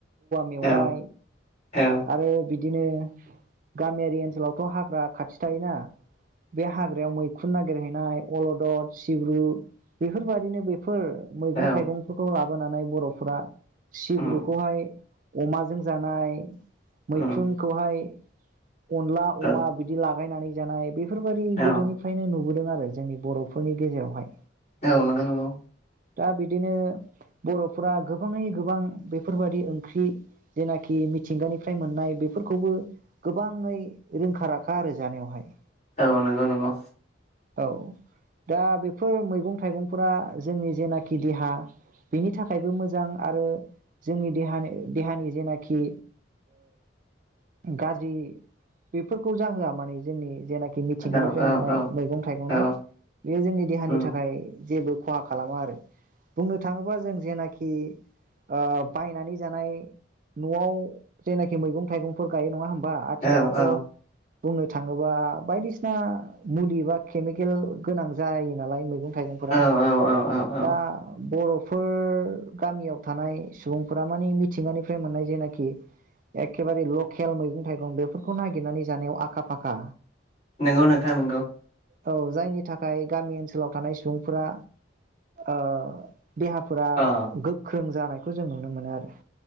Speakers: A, on the right (about 45°); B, on the left (about 35°).
A: मेवाय
B: औ औ
A: आरो बिदिनो गामियारि ओनसोलावथ' हाग्रा खाथि थायोना बे हाग्रायाव मैखुन खुन नागिरहैनाय अलदद सिब्रु बेफोरबायाददिनो बेफोर फोर मैगं
B: औ
A: - थाइगंफोरखौ लाब लाबोनानै बर'फोरा सिब्रुखौहाय
B: उम
A: अमाजों जानाय मैखुनखौहाय
B: उम
A: खनला उमा
B: औ
A: बिदि ला बायनानै जानाय बे बेफोरबि
B: औ
A: गोदोनिफ्रायनो नुबोदों आरो जोंनि बर'फोरनि गेजेरावहाय
B: औ नंगौ - नंगौ
A: दा बिदिनो बर'फोरा गोबाङै गोबां बेफोरबायादि ओंख्रि जेनाखि मिथिंगानिफ्राय मोननाय बेफोरखौबो गोबाङै रोंखाराखा आरो जानायावहाय
B: औ नगौ- नंगौ
A: औ दा बेफोर मैगं - थाइगंफोरा जोंनि जेनाखि देहा बेनि थाखायबो मोजां आरो जोंनि देहानि देहानि जेनाखि गाज्रि बेफोरखौ जाहोआ माने जोंनि जेनाख खि मिथिंगानिफ्राय
B: औ
A: मोननाय
B: औ औ
A: मैगं- थाइगंना
B: औ
A: बेयो जोंनि देहानि
B: उम
A: थाखाय जेबो खहा खालामो आरो बुंनो थांङोबा जों जेनाखि ओ बायनानै जानाय नआव जेनाखि मैगं थाइगंफोर गायो नंङा होनब मा आथिखालावथ
B: औ औ
A: बुंनो थाङोबा बायदिसिना मुलि बा केमिकेल गोनां जायो नालाय मैगं थाइगंफोरा
B: औ औ औ औ
A: दा बर फोर गामियाव थानाय सुबुंफोरा माने मिथिंगानिफ्राय मोननाय जेनाखि एखेबारे लकेल मैगं- थाइगं बेफोरखौ नागिरनानै जानायाव आखा-फाखा
B: नोंगौ नोंथां नोंगौ
A: औ जायनि थाखाय गामि ओनसोलाव थानाय सुबुंफोरा ओ देहाफोरा
B: अ
A: गोख्रों जानाय <unintelligible> जों नुनो मोनो आरो